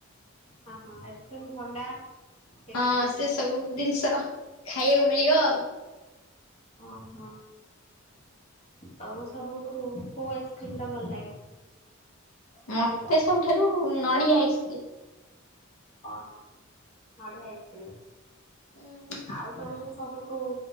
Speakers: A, on the left (about 30°); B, on the left (about 85°).
A: ହଁ, ହଁ, ଆଇସ୍କ୍ରିମ୍, ଥଣ୍ଡା ସେଇଥିପାଇଁ।
B: ହଁ ସେ ସବୁ ଜିନିଷ ଖାଇବାକୁ ମିଳିବ ଆଉ।
A: ହଁ ହଁ। ତମ ସବୁଠୁ କୋଉ ଆଇସ୍କ୍ରିମ୍ ଟା ଭଲ ଲାଗେ?
B: ମତେ
A: ଅଧିକା
B: ସବୁଠାରୁ ନଡ଼ିଆ ଆଇସ୍କ୍ରିମ୍।
A: ଓହୋ ନଡ଼ିଆ ଆଇସ୍କ୍ରିମ୍
B: ଉଁ
A: ଆଉ ତମକୁ ସବୁ କୋଉ